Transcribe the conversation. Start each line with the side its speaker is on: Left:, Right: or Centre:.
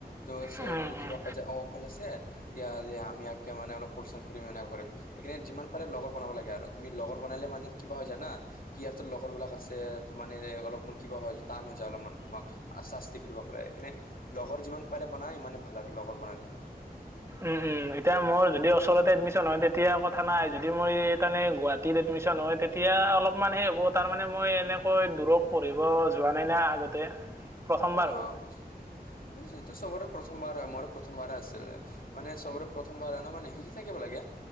Left: ত' চ
Right: উম উম
Left: কিবা পাই যে অ' অকল আছে। ইয়া ইয়া আমি ইয়াকে মান অলপ পৰিচান কৰিম। কৰিম এই কাৰণে যিমান পাৰে লগৰ বনাব লাগে আৰু তুমি লগৰ বনালে মানে কিবা হৈ জানা। ইহঁতৰ লগৰবিলাক আছে ত' মানে অলপমান কিবা হয় টান হৈ যায় অলপমান তোমাক। আশাস্তি কৰিব পাৰে। এই কাৰনে লগৰ যিমান পাৰে বনাই ইমানে ভাল আৰু লগৰ বনালে।
Right: উম, উম, এতিয়া মোৰ যদি ওচৰতে এডমিশ্যন হয় তেতিয়া কথা নাই যদি মোৰ তাৰমানে গুৱাহাটীত এডমিশ্যন হয় তেত তিয়া অলপমান সেই হ'ব তাৰমানে মই এনেকৈ দূৰত পঢ়িব যোৱা নাই না আগতে। প্ৰথমবাৰ
Left: অ',
Right: হ'ব
Left: বুজিছো। বুজিছো এইটো চবৰে প্ৰথমবাৰ হয়, মোৰ প্ৰথমবাৰে আছিলে, মানে চবৰে প্ৰথমবাৰ মানে শিকি থাকিব লাগে।